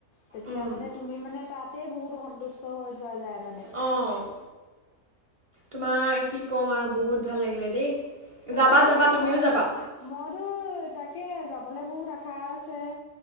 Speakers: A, on the left (about 70°); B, on the right (about 25°).
A: তেতিয়া
B: উম
A: মানে তুমি মানে তাতেই বহুত সন্তুষ্ট হৈ যোৱা যায় মানে।
B: অ' তোমাৰ কি কম আৰু বহুত ভাল লাগিলে দেই।
A: তেতিয়াহ'লে
B: যাবা যাবা
A: তোমাৰ
B: তুমিও যাবা।
A: মইতো তাকে যাবলৈ বহুত আশা আছে।